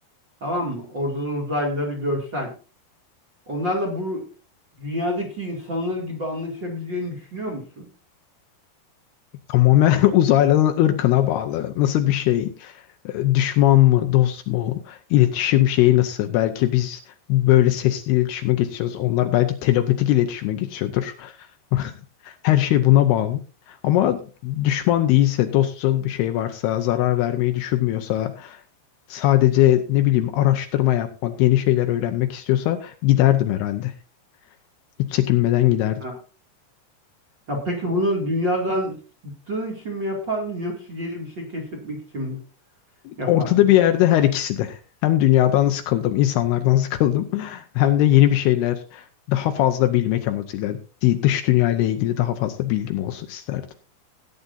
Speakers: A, on the right; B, on the left.
A: tamam mı? Orada da uzaylıları görsen. Onlarla bu dünyadaki insanlar gibi anlaşabileceğini düşünüyor musun?
B: Tamamen <laughs> uzaylıların ırkına bağlı. Nasıl bir şey? e, düşman mı, dost mu, iletişim şeyi nasıl? Belki biz böyle sesli iletişime geçiyoruz. Onlar belki telepatik iletişime geçiyordur. <laughs> Her şey buna bağlı. Ama düşman değilse, dostçıl bir şey varsa, zarar vermeyi düşünmüyorsa, sadece ne bileyim araştırma yapmak, yeni şeyler öğrenmek istiyorsa giderdim herhalde. Hiç çekinmeden giderdim.
A: Ha. Ya peki bunu dünyadan bıktığın için mi yapardın yoksa yeni bir şey keşfetmek için mi yapardın?
B: ortada bir yerde her ikisi de. Hem dünyadan sıkıldım, insanlardan sıkıldım. <laughs> Hem de yeni bir şeyler daha fazla bilmek amacıyla di- dış dünya ile ilgili daha fazla bilgim olsun isterdim.